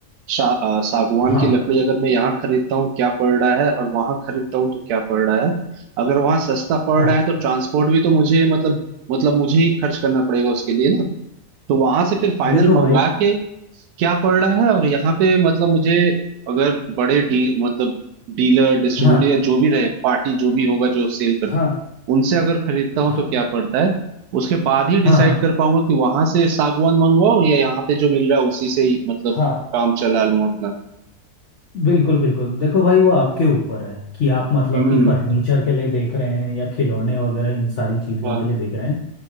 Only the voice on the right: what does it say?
शा, अ, सागवान
की लकड़ी अगर मैं यहाँ खरीदता हूँ क्या पड़ रहा है और वहां खरीदता हूँ तो क्या पड़ रहा है अगर वहां सस्ता पड़
रहा है तो ट्रांसपोर्ट भी तो मुझे मतलब मतलब मुझे ही खर्च करना पड़ेगा उसके लिए ना तो वहां से फिर फाइनल
मंगा के क्या पड़ रहा है और यहाँ पे मतलब मुझे अगर बड़े डी मतलब डीलर डिस्ट्रीब्यूटर
या जो भी रहे पार्टी जो भी होगा जो सेल
उनसे अगर खरीदता हूँ
तो क्या पड़ता है उसके बाद ही डिसाइड
कर पाऊंगा कि वहां से सागवान मंगवाओ या यहाँ पे जो मिल रहा है उसी से ही मतलब
काम चला लूं अपना
हम्म
हाँ